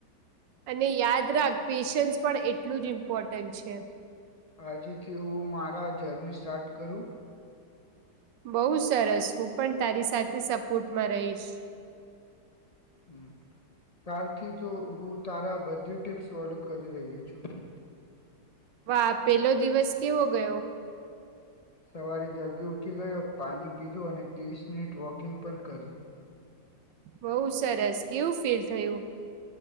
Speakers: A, on the right; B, on the left.
A: અને યાદ રાખ પેશન્સ પણ એટલું જ ઇમ્પોર્ટન્ટ છે.
B: આજેથી હું મારા જર્ની સ્ટાર્ટ કરું.
A: બહ સરસ હું પણ તારી સાથે સપોર્ટમાં રહીશ.
B: હમ કાલથી તો હું તારા બધી ટીપ્સ ફોલો કરી રહ્યો છું.
A: વાહ પેલો દિવસ કેવો ગયો?
B: સવારે જલ્દી ઉઠી ગયો પાણી પીધો અને ત્રીસ મિનિટ વોકિંગ પણ કરી.
A: બઉ સરસ કેવું ફીલ થયું?